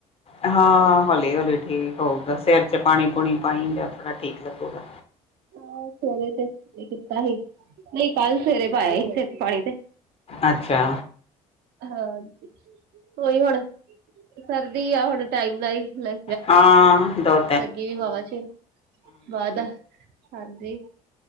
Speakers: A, on the left; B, on the right.
A: ਹਾਂ ਹੌਲੀ-ਹੌਲੀ ਠੀਕ ਹੋਊਗਾ, ਸਿਰ ਚ ਪਾਣੀ ਪੂਣੀ ਪਾਈ ਜਾ, ਥੋੜਾ ਠੀਕ ਲੱਗੂਗਾ।
B: ਆਹ ਸਵੇਰੇ ਤੇ ਇਹ ਕੀਤਾ ਸੀ, ਨਹੀਂ ਕੱਲ ਸਵੇਰੇ ਪਾਇਆ ਸੀ ਸਿਰ ਚ ਪਾਣੀ ਤੇ।
A: ਅੱਛਾ।
B: ਹਾਂਜੀ, ਉਈ ਹੁਣ, ਸਰਦੀ ਆ ਹੁਣ ਟਾਈਮ ਨਾਈ ਲ
A: ਹਾਂ, ਦਰ
B: ਲੱਗੀ ਵੀ ਵਾਹਵਾ ਚਿਰ ਯਾਦ ਆ ਹਾਂਜੀ